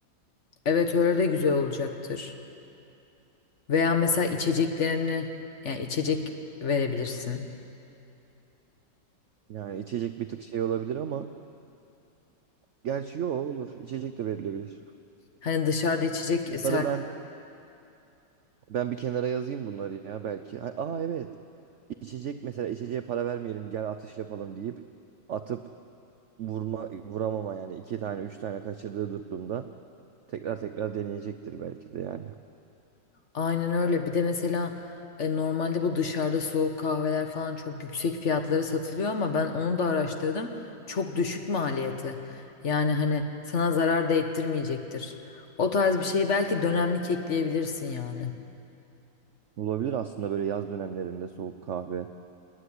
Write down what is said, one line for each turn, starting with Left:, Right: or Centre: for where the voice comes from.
Left: Evet öyle de güzel olacaktır. Veya mesela içeceklerini yani içecek verebilirsin.
Right: Yani içecek bir tık şey olabilir ama gerçi yo olur. İçecek de verilebilir.
Left: Hani dışarıda içecek ser
Right: Bunları ben ben bir kenara yazayım bunları ya belki. Ha- Aa evet. İçecek mesela içeceğe para vermeyelim gel atış yapalım deyip atıp vurma vuramama yani iki tane üç tane kaçırdığı durumda tekrar tekrar deneyecektir belki de yani.
Left: aynen öyle. Bir de mesela e, normalde bu dışarıda soğuk kahveler falan çok yüksek fiyatlara satılıyor ama ben onu da araştırdım. Çok düşük maliyeti. Yani hani sana zarar da ettirmeyecektir. O tarz bir şeyi belki dönemlik ekleyebilirsin yani.
Right: Olabilir aslında böyle yaz dönemlerinde soğuk kahve